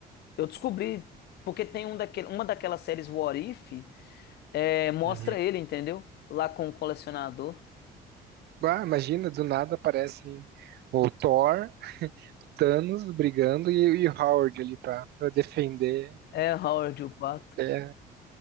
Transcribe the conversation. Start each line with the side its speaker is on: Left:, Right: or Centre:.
Left: Eu descobri, porque tem um daquele, uma daquelas séries What If, é, mostra
Right: Uhum.
Left: ele, entendeu? Lá com o colecionador.
Right: Ah, imagina, do nada aparecem o Thor, Thanos brigando e, e o Howard ali pra, pra defender.
Left: É Howard o Pato.
Right: É,